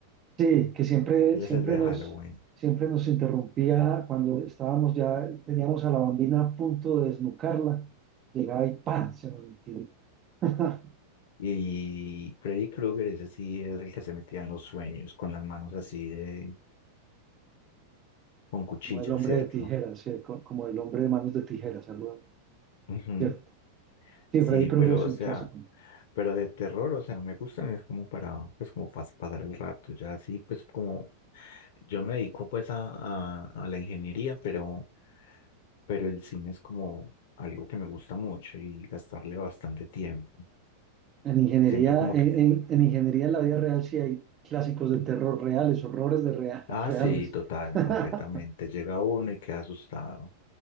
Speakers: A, on the right; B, on the left.
A: Sí, que siempre,
B: Él
A: siempre
B: es el de
A: nos,
B: Halloween.
A: siempre nos interrumpía cuando estábamos ya, teníamos a la bambina a punto de desnucarla, llegaba y ¡pam! se nos metía. <laughs>
B: Y Freddy Krueger, ese sí es el que se metía en los sueños con las manos así de, con cuchillas,
A: Como el hombre
B: ¿cierto?
A: de tijeras, sí, co- como el hombre de manos de tijeras, algo,
B: Ujú.
A: ¿cierto? Sí,
B: Sí,
A: Freddy Krueger
B: pero
A: es
B: o
A: un
B: sea,
A: clásico.
B: pero de terror, o sea, no me gustan, es como para, pues como para pasar el rato, ya así, pues como yo me dedico pues a, a, a la ingeniería, pero, pero el cine es como algo que me gusta mucho y gastarle bastante tiempo.
A: En ingeniería,
B: Siento como
A: en,
B: que,
A: en- en ingeniería en la vida real sí hay clásicos de terror reales, horrores de rea-
B: ah,
A: <laughs> reales.
B: sí, total, completamente,
A: <laughs>
B: llega uno y queda asustado.